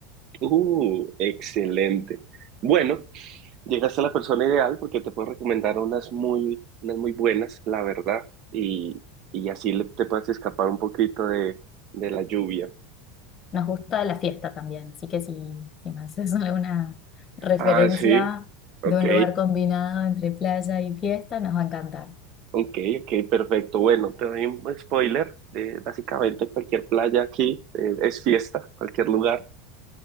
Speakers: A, on the right (about 50°); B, on the left (about 30°).
A: Uh, excelente. Bueno, llegaste a la persona ideal porque te puedo recomendar unas muy, unas muy buenas, la verdad, y, y así le- te puedes escapar un poquito de, de la lluvia.
B: Nos gusta la fiesta también, así que si, si me haces <laughs> alguna referencia
A: Ah, sí. Ok,
B: de un lugar combinado entre playa y fiesta, nos va a encantar.
A: ok, ok, perfecto. Bueno, te doy un spoiler de básicamente cualquier playa aquí, eh, es fiesta, cualquier lugar.